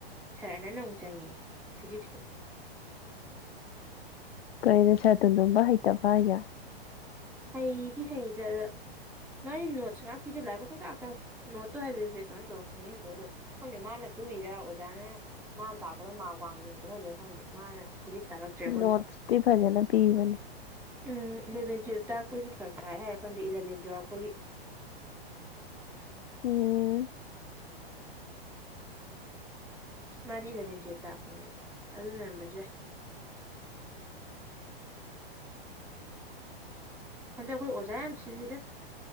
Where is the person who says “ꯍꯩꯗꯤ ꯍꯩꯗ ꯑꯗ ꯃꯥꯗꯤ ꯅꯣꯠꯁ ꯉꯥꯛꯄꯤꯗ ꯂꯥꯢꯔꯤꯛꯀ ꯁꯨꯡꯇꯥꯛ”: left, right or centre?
Centre